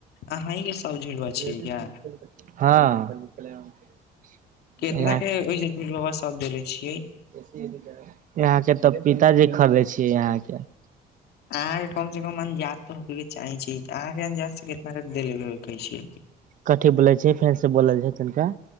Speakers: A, on the left; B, on the right.
A: अहीं सब झुलवा
B: <unintelligible>
A: छै या केतना
B: यहाँ
A: केँ ओजेह <unintelligible> सब देले छियै
B: <unintelligible> यहाँकेँ तऽ पिताजी खरीदे छियै यहाँ केँ
A: अहाँकेँ कम से कम अंदाज तऽ हो के चाहे छै अहाँ के अंदाज से कितना देलै छै
B: कतै बोलै छै फेन से बोल जाइ तनिका